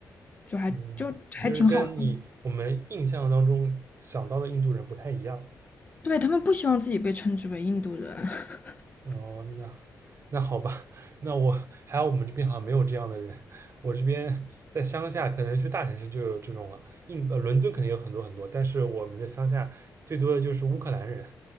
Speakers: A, on the left; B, on the right.
A: 就还就还挺好的。
B: 嗯，就是跟你我们印象当中想到的印度人不太一样。
A: 对，他们不希望自己被称之为印度人，<laughs>
B: 哦，那那好吧，<laughs> 那我还有我们这边好像没有这样的人，我这边在乡下，可能去大城市就有这种了。印呃伦敦肯定有很多很多，但是我们这乡下最多的就是乌克兰人。